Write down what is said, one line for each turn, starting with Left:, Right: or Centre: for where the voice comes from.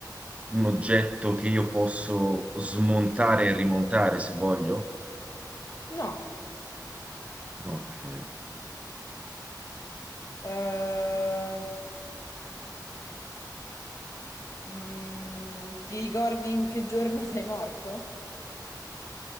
Right: un oggetto che io posso smontare e rimontare se voglio?
Left: No.
Right: Ok.
Left: Eh, mm, ti ricordi in che giorno <laughs> sei morto?